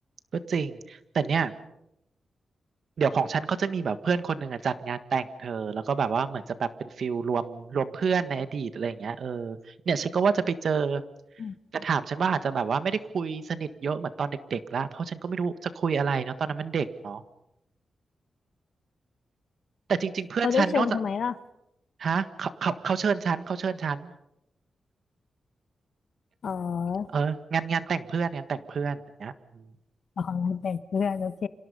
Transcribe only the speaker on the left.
อืม
เขาได้เชิญทำไมล่ะ
อ๋อ
อ๋อแต่งเพื่อนโอเค